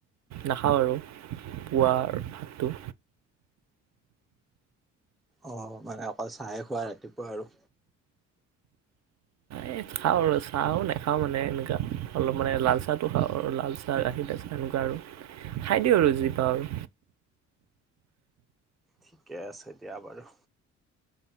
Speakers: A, on the right (about 60°); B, in the centre.
A: নাখাওঁ আৰু পোৱাৰ ভাতটো।
B: অ', মানে অকল চাহে খোৱা ৰাতিপুৱা আৰু।
A: এই খাওঁ আৰু চাওঁ নাখাওঁ মানে এনেকুৱা অলপ মানে লাল চাহটো খাওঁ আৰু লাল চাহ গাখীৰ দিয়া চাহ এনেকুৱা আৰু খাই দিওঁ আৰু যি পাওঁ আৰু।
B: ঠিকে আছে দিয়া বাৰু।